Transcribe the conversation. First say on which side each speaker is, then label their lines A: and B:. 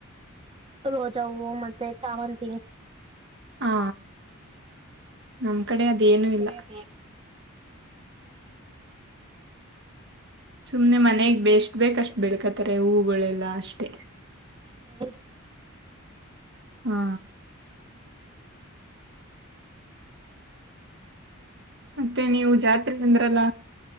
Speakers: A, on the right (about 25°); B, on the right (about 55°).
A: ರೋಜಾ ಹೂವು ಮತ್ತೆ ಚಾವಂತ ಸಿ
B: ಆಾ ನಮ ಕಡೆ ಅದೇನು ಇಲ್ಲ
A: ಕಡೆ ಅದೇನು
B: ಸುಮ್ನೆ ಮನೆಗ್ ಬೆಷ್ಟ ಬೇಕಷ್ಟ್ ಬೆಳ್ಕತಾರೆ ಹೂಗಳೆಲ್ಲಾ ಅಷ್ಟೇ
A: ಹೌ
B: ಹಾ ಮತ್ತೆ ನೀವು ಜಾತ್ರೆ ಅಂದ್ರಲ್ಲ